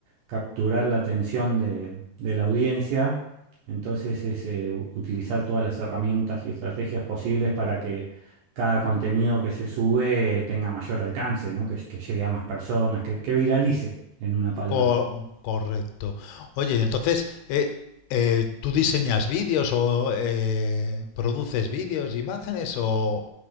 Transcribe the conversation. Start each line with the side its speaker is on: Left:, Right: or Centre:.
Right: capturar la atención de, de la audiencia. Entonces es eh, u- utilizar todas las herramientas y estrategias posibles para que cada contenido que se sube eh, tenga mayor alcance, ¿no? Que, que llegue a más personas, que, que viralice, en una palabra.
Left: Co- correcto. Oye, y entonces, eh, eh, ¿tú diseñas vídeos o eh, produces vídeos, imágenes o,